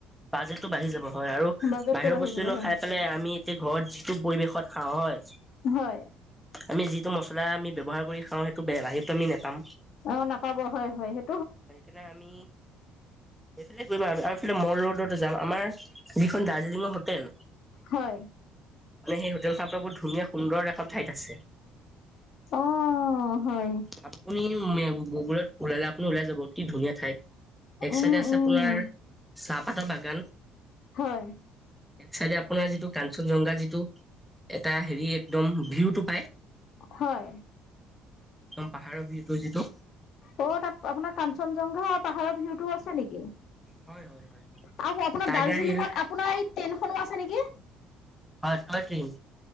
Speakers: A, in the centre; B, on the left.
A: বাজেটতো বাঢ়ি যাব হয় আৰু
B: বাজেটটো
A: বাহিৰৰ
B: বাঢ়ি
A: বস্তুনো
B: যাব হয়
A: খাই পেলাই আমি এতিয়া ঘৰত যি টো পৰিৱেশত খাও হয়
B: হয়
A: আমি যিটো মছলা আমি ব্যৱহাৰ কৰি খাও সেইটো বেয়া সেইটো আমি নোপাম
B: অ নাপাব হয় হয় সেই
A: সেইকাৰনে আমি সেইফালে কৰিম আৰু আৰু এইফালে মল ৰোডতো যাম আমাৰ যিখন দাৰ্জিলিঙৰ হো টেল‌
B: হয়
A: ‌মানে সেই হোটেলখন আপোনাৰ বহুত ধুনীয়া সুন্দৰ এখন ঠাইত আছে
B: অ হয়
A: আপুনি মে গুগলত ওলালে আপুনি ওলাই যাব কি ধুনীয়া ঠাই এক
B: উম
A: চাইডে আছে
B: উম
A: আপোনাৰ চাহপাতৰ বাগান
B: হয়
A: এক চাইডে আপোনাৰ যিটো কাঞ্চনজংঘা যিটো এটা হেৰি একদম ভিউটো পায়
B: হয়
A: একদম পাহাৰৰ ভিউটো যিটো
B: অ তাত আপোনাৰ কাঞ্চনজংঘা পাহাৰৰ ভিউতটো আছে নেকি আ
A: হয় হয় হয়
B: আপোনাৰ
A: টাইগাৰ
B: দাৰ্জিলিঙত
A: হিল
B: আপোনাৰ এই ট্ৰেইনখনো আছে নেকি
A: হয় কালাকে